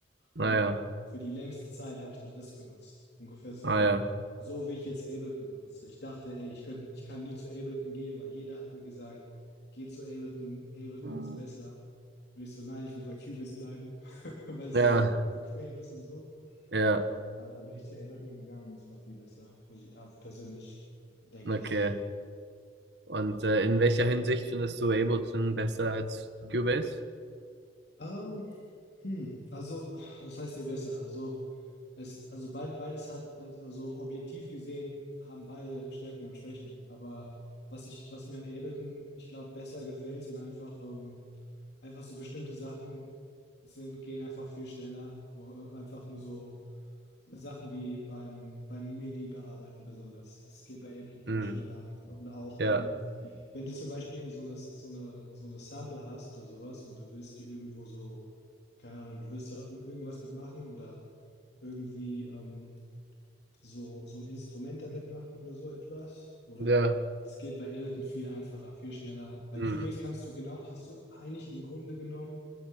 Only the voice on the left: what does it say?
und für die längste Zeit habe ich dann das genutzt. Ungefähr so,
so wie ich jetzt Ableton benutze. Ich dachte, ey, ich, könnt, ich kann nie zu Ableton gehen, weil jeder hat mir gesagt, geh zu Ableton, Ableton
ist besser. Und ich so, nein, ich will bei Cubase bleiben, <laughs> weil es
so bequem ist und so.
Aber dann bin ich zu Ableton gegangen, es war viel besser, muss ich ja, persönlich, denke
ich.
Ähm, Hm, also, das heißt ihr besser. Also, es, also beide, beides hat, äh, also objektiv gesehen, haben beide Stärken und Schwächen. Aber was ich, was mir an Ableton, ich glaube, besser gefällt, sind einfach, ähm, einfach so bestimmte Sachen sind, gehen einfach viel schneller. Oder einfach nur so Sachen wie beim, beim MIDI bearbeiten besonders. Es geht bei Ableton viel
schneller. Und auch,
ähm, wenn du zum Beispiel so eine, so eine, so eine Sample hast oder sowas und du willst die irgendwo so, keine Ahnung, du willst da irgendwas mitmachen oder irgendwie ähm, so, so ein Instrument damit machen oder so etwas. Oder
es geht bei Ableton viel einfacher, viel schneller. Bei
Cubase kannst du genau, hast du eigentlich im Grunde genommen